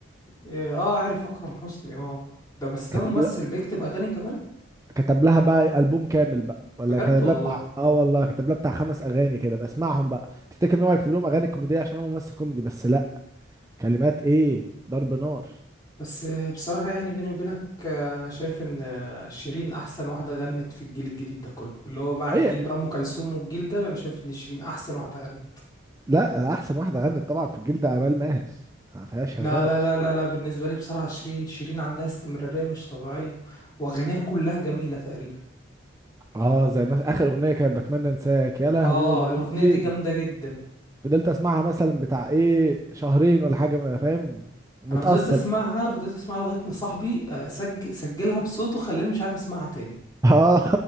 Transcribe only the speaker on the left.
اه آه، عارف اكرم حسني اه ده بس ده
ممثل
بيكتب اغاني كمان
بجد
والله
بس بصراحة يعني بيني وبينك آه، أنا شايف إن آه، شيرين أحسن واحدة غنت في الجيل الجديد ده كله اللي هو بعد
جيل بقى أم كلثوم والجيل ده أنا شايف إن شيرين أحسن واحدة غنت
لا
لا لا لا لا بالنسبة لي بصراحة شيرين شيرين عندها استمرارية مش طبيعية وأغانيها كلها جميلة تقريبا
آه
الأغنية دي جامدة
جدا
أنا فضلت أسمعها فضلت أسمعها لغاية ما صاحبي آه، سج... سجلها بصوته خلاني مش عارف أسمعها تاني